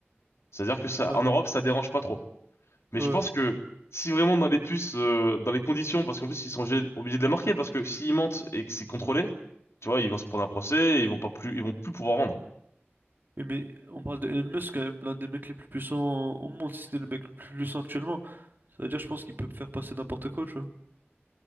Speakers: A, on the left (about 85°); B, on the right (about 50°).
A: C'est-à-dire que ça,
B: ouais,
A: en Europe, ça dérange pas trop. Mais
B: ouais.
A: je pense que si vraiment dans les puces, euh, dans les conditions, parce qu'en plus ils sont obligés, obligés de les marquer, parce que s'ils mentent et que c'est contrôlé, tu vois, ils vont se prendre un procès, et ils vont pas plus, ils vont plus pouvoir vendre.
B: Oui, Mais on parle de Elon Musk, quand même, l'un des mecs les plus puissants au monde, si c'est le mec le plus puissant actuellement. Ça veut dire, je pense qu'il peut faire passer n'importe quoi, tu vois.